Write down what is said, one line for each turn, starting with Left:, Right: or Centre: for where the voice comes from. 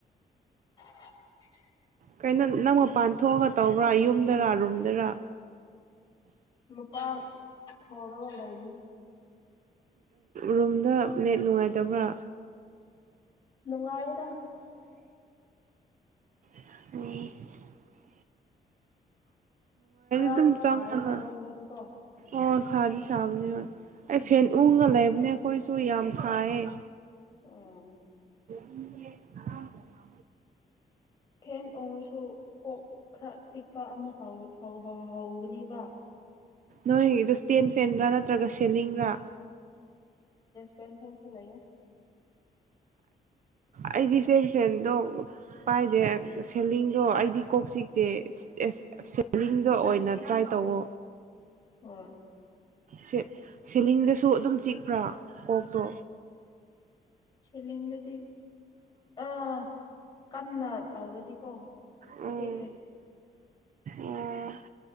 Left: <unintelligible>
Right: ꯀꯩꯅꯣ ꯅꯪ ꯃꯄꯥꯟ ꯊꯣꯛꯑꯒ ꯇꯧꯕ꯭ꯔꯥ ꯌꯨꯝꯗꯔ ꯔꯨꯝꯗꯔ
Left: ꯃꯄꯥꯥꯟ ꯍꯔ ꯋꯥꯗ ꯏꯒꯤꯅꯦ
Right: ꯔꯨꯝꯗ ꯅꯠ ꯅꯨꯡꯉꯥꯏꯇꯕ꯭ꯔꯥ
Left: ꯅꯨꯡꯉꯥꯏꯗ
Right: ꯎ
Left: ꯈꯔ
Right: ꯑꯗꯨꯝ
Left: ꯑꯗꯨ ꯁꯥꯏꯌꯦꯕ
Right: ꯆꯪꯉꯣꯅ
Left: ꯔꯨꯝꯗꯗꯤꯀꯣ
Right: ꯑꯣ ꯁꯗ ꯁꯕꯗꯤ ꯍ ꯑꯩ
Left: ꯎꯝ
Right: ꯐꯦꯟ ꯎ ꯉ ꯂꯩ ꯏꯅꯦ ꯑꯩꯈꯣꯏꯁꯨ ꯌꯥꯝ ꯁꯥꯏꯌꯦꯦ
Left: ꯎꯝ
Right: ꯦ
Left: ꯐꯦꯟ ꯑꯣꯡꯉꯨꯁꯨ ꯀꯣꯛ ꯈꯔ ꯆꯤꯛꯄ ꯑꯃ ꯐꯥꯎꯋꯤ ꯍ ꯍꯣ ꯍꯒꯅꯤꯕ
Right: ꯅꯣꯏꯗ ꯏꯁꯇꯦꯟ ꯐꯦꯟꯒꯥ ꯅꯠꯇ꯭ꯔꯒ ꯁꯦꯂꯤꯡꯒꯥ
Left: ꯄꯦꯟ ꯐꯦꯟꯁꯤ ꯂꯩ
Right: ꯑꯩꯗꯤ ꯆꯦꯟ ꯐꯦꯟꯗꯣ ꯄꯥꯏꯗꯦ ꯁꯦꯂꯤꯡꯗꯣ ꯑꯩꯗꯤ ꯀꯣꯛ ꯆꯤꯛꯇꯦ ꯁꯦꯂꯤꯡꯗꯣ ꯑꯣꯏꯅ ꯇ꯭ꯔꯥꯏ ꯇꯧꯋꯣ
Left: ꯍ
Right: ꯁ ꯁꯦꯂꯤꯡꯗꯁꯨ ꯑꯗꯨꯝ ꯆꯤꯛ ꯄꯨ꯭ꯔꯣ ꯑꯣꯛꯗꯣ
Left: ꯁꯤꯂꯤꯒ ꯑꯥ ꯀꯟꯅ ꯇꯧꯔꯗꯤꯀꯣ
Right: ꯎꯝ
Left: ꯆꯦꯛꯑꯦ
Right: ꯑꯣ